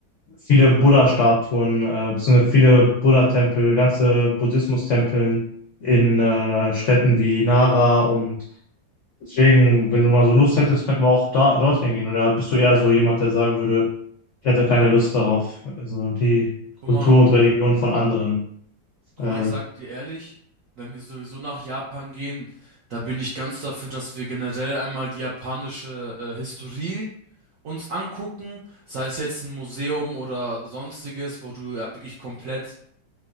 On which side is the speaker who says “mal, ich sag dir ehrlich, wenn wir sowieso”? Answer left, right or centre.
Right